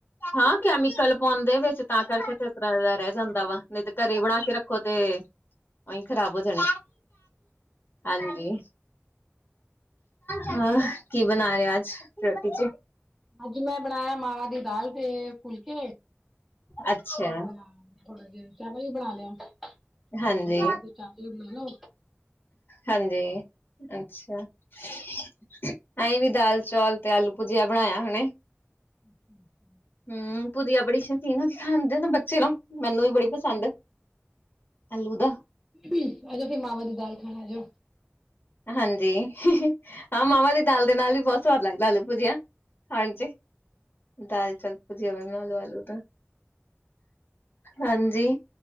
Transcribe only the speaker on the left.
ਹਾਂ, ਕੈਮੀਕਲ ਪਾਂਦੇ ਵਿੱਚ ਤਾਂ ਕਰਕੇ ਤੇ ਤਰ੍ਹਾਂ ਦਾ ਰਹਿ ਜਾਂਦਾ ਵਾ ਨਹੀਂ ਤੇ ਘਰੇ ਬਣਾ ਕੇ ਰੱਖੋ ਤੇ ਉਹੀ ਖਰਾਬ ਹੋ ਜਾਣਾ। ਹਾਂਜੀ। ਹਾਂ। ਕੀ ਬਣਾ ਰਹੇ ਅੱਜ ਰੋਟੀ ਚੀ
ਅੱਛਾ
ਹਾਂਜੀ,
ਹਾਂਜੀ। ਅੱਛਾ। ਅਸੀਂ ਵੀ ਦਾਲ -ਚੌਲ ਤੇ ਆਲੂ -ਭੁਜੀਆ ਬਣਾਇਆ ਹਣੇੇ।
ਹਮ। ਪੁਜਿਆ ਬੜੀ ਸ਼ੌਕੀਨ ਖਾਂਦੇ ਨਾ ਬੱਚੇ ਨੂੰ ਮੈਨੂੰ ਵੀ ਬੜੀ ਪਸੰਦ ਆਲੂ ਦਾ
ਹਾਂਜੀ। ਹਾਂ, ਮਾਵਾ ਦੀ ਦਾਲ ਦੇ ਨਾਲ ਵੀ ਬਹੁਤ ਸਵਾਦ ਲੱਗਦਾ‌ ਆਲੂ ਭੁਜਿਆ। ਹਾਂਜੀ, ਦਾਲ -ਚੌਲ ਭੁਜੀਆ ਬ ਲੂ ਆਲੂ ਦਾ ਹਾਂਜੀ।